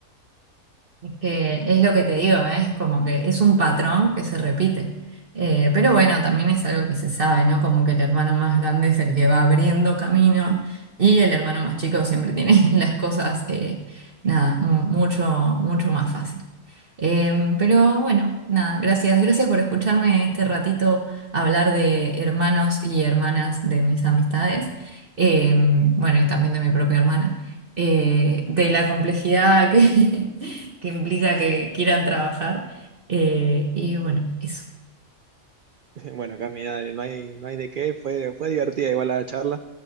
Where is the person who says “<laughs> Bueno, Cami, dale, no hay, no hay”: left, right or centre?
Right